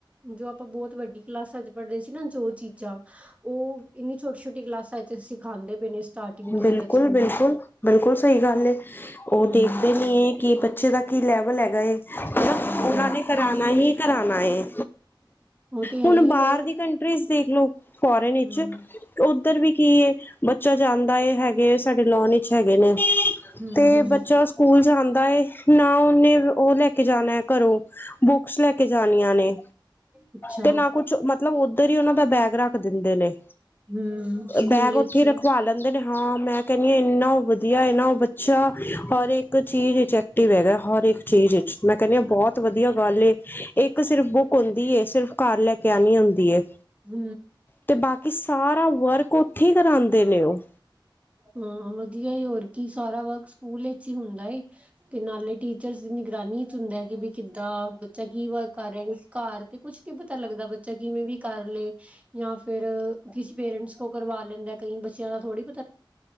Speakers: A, on the right; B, on the left.
A: ਜੋ ਆਪਾਂ ਬਹੁਤ ਵੱਡੀ ਕਲਾਸਾਂ ਚ। ਪੜਦੇ ਸੀ ਨਾ ਜੋ ਚੀਜ਼ਾਂ ਉਹ ਇੰਨੀ ਛੋਟੀ ਛੋਟੀ ਕਲਾਸਾਂ ਚ। ਆਂਦੇ ਪਏ ਨੇ ਸਟਾਰਟਿੰਗ ਤੋਂ
B: ਬਿਲਕੁਲ
A: ਹੀ ਬੱਚਿਆਂ
B: ਬਿਲਕੁਲ
A: ਨੂੰ।
B: ਬਿਲਕੁਲ, ਸਹੀ ਗੱਲ ਉਹ
A: ਹਮ
B: ਦੇਖਦੇ ਨੀ ਹੈ ਕਿ ਬੱਚੇ ਦਾ ਕੀ ਲੈਵਲ ਹੈਗਾ ਏ
A: ਹਮ
B: ਉਹਨਾਂ
A: ਹਮ
B: ਨੇ ਕਰਾਉਣਾ ਹੀ ਕਰਾਉਣਾ ਹੈ,
A: ਉਹ ਤੇ ਹੈ
B: ਹੁਣ
A: ਹੀ
B: ਬਾਹਰ
A: ਔਰ
B: ਦੀ ਕੰਟਰੀਜ਼ ਦੇਖਲਓ ਫੋਰਨ ਵਿੱਚ,
A: ਹਮ
B: ਉੱਧਰ ਵੀ ਕੀ ਹੈ? ਬੱਚਾ ਜਾਂਦਾ ਹੈਗਾ। ਇਹ ਸਾਡੇ ਲੋਨ ਵਿੱਚ ਹੈਗੇ ਨੇ।
A: ਹਮ
B: ਤੇ
A: ਹਮ
B: ਬੱਚਾ ਸਕੂਲ ਜਾਂਦਾ ਹੈ, ਨਾ ਉਹਨੇ ਉਹ ਲੈ ਕੇ ਜਾਣਾ ਹੈ ਘਰੋਂ। ਬੁੱਕਸ ਲੈ ਕੇ ਜਾਣੀਆਂ ਨੇ
A: ਅੱਛਾ
B: ਤੇ ਨਾ। ਮਤਲਬ ਉੱਧਰ ਹੀ ਉਹਨਾਂ ਦਾ ਬੈਗ ਰੱਖ ਦਿੰਦੇ ਨੇ।
A: ਹਮ ਸਕੂਲ
B: ਬੈਗ
A: ਵਿੱਚ
B: ਉੱਥੇ
A: ਹੀ।
B: ਰਖਵਾ ਲੈਂਦੇ ਨੇ, ਹਾਂ ਮੈਂ ਕਹਿੰਦੀ ਆ ਇੰਨਾ ਵਧੀਆ ਇਨਾ ਉਹ ਬੱਚਾ ਹਰ ਇੱਕ ਚੀਜ਼। ਐਕਟਿਵ ਹੈਗਾ, ਹਰ ਇੱਕ ਚੀਜ਼ ਵਿਚ ਮੈਂ ਕਹਿੰਦੀ ਹਾਂ ਬਹੁਤ ਵਧੀਆ ਗੱਲ ਏ ਇੱਕ ਸਿਰਫ ਬੁੱਕ। ਹੁੰਦੀ ਏ ਸਿਰਫ਼ ਘਰ ਲੈ ਕੇ ਆਣੀ ਹੁੰਦੀ ਏ।
A: ਹਮ।
B: ਤੇ ਬਾਕੀ ਸਾਰਾ ਵਰਕ ਉੱਥੇ ਕਰਾਉਂਦੇ ਨੇ ਉਹ।
A: ਹਾਂ ਵਧੀਆ, ਹੋਰ ਕੀ ਸਾਰਾ ਵਰਕ ਸਕੂਲ ਵਿੱਚ ਹੀ ਹੁੰਦਾ ਏ। ਤੇ ਨਾਲੇ ਟੀਚਰਸ ਦੀ ਨਿਗਰਾਨੀ ਚ ਹੁੰਦਾ ਹੈ, ਕਿ ਬ ਕਿੱਦਾਂ ਬੱਚਾ ਕੀ ਵਰਕ ਕਰ ਰਿਹਾ ਘਰ। ਤੇ ਕੁਛ ਨੀ ਪਤਾ ਲੱਗਦਾ ਬੱਚਾ ਕਿਵੇਂ ਵੀ ਕਰ ਲਏ। ਜਾਂ ਫਿਰ ਕਿਸੇ ਪੇਰੈਂਟਸ ਕੋ ਕਰਵਾ ਲੈਂਦਾ ਕਈ ਬੱਚਿਆਂ ਦਾ ਥੋੜੀ